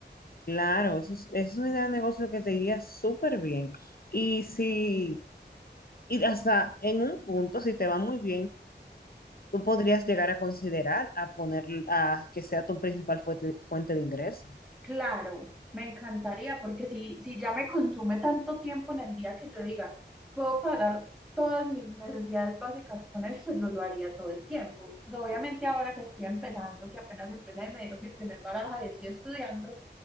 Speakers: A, on the left (about 55°); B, in the centre.
A: Claro, eso es, es una idea de negocio que te iría súper bien. Y si, y hasta en un punto, si te va muy bien, tú podrías llegar a considerar a poner, a que sea tu principal fuente, fuente de ingreso.
B: Claro, me encantaría, porque si, si ya me consume tanto tiempo en el día que yo diga, puedo pagar todas mis necesidades básicas con esto, yo lo haría todo el tiempo. Pues obviamente ahora que estoy empezando, que apenas empecé y me dieron mi primer baraja y estoy estudiando,